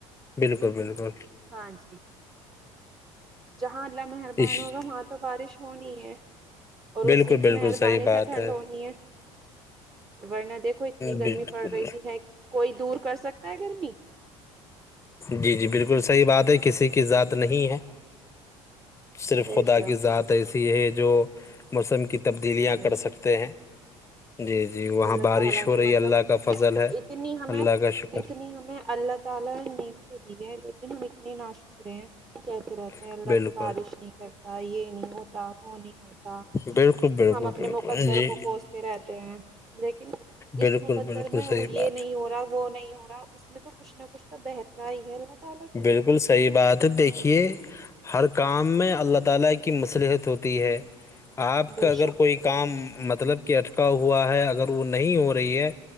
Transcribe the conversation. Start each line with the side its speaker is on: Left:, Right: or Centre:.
Left: بالکل بالکل
Right: ہاں جی جہاں اللہ مہربان
Left: اس
Right: ہوگا وہاں تو بارش ہونی ہے اور
Left: بالکل
Right: اسی
Left: بالکل
Right: کی مہربانی
Left: صحیح بات
Right: سے ٹھنڈ ہونی ہے ورنہ دیکھو اتنی گرمی
Left: بالکل
Right: پڑ رہی ت ہے کوئی دور کر سکتا ہے گرمی
Left: جی جی بالکل صحیح بات ہے کسی کی ذات نہیں ہے صرف
Right: بے
Left: خدا
Right: شک
Left: کی ذات ایسی ہے جو موسم کی تبدیلیاں
Right: بے
Left: کر سکتے ہیں جی جی وہاں
Right: اللہ
Left: بارش
Right: تعالی
Left: ہو
Right: نے
Left: رہی
Right: مطلب
Left: ہے اللہ کا فضل ہے
Right: اتنی ہمیں
Left: اللہ کا شکر
Right: اتنی ہمیں اللہ تالا نیم تو دی ہے لیکن ہم اتنے نہ شک کے کہتے رہتے
Left: ہے
Right: اللہ
Left: بالکل
Right: تو بارش نہیں کرتا یہ نہیں ہوتا وہ نہیں ہوتا ہم
Left: بالکل بالکل
Right: اپنے
Left: بالکل
Right: مقدر
Left: جی
Right: کو کوستے رہتے ہیں لیکن
Left: بالکل
Right: اس مقدر
Left: بالکل
Right: میں وہ
Left: صحیح
Right: یہ
Left: بات
Right: نہیں ہو رہا وہ نہیں ہو رہا اس میں تو کچھ نہ کچھ تو بہترا ہی ہے تعالی کی
Left: بالکل صحیح بات ہے دیکھیے ہر کام میں اللہ تعالی کی مصلحت ہوتی ہے آپ
Right: بے
Left: کا اگر
Right: شک
Left: کوئی کام مطلب کہ اٹکا ہوا ہے اگر وہ نہیں ہو رہی ہے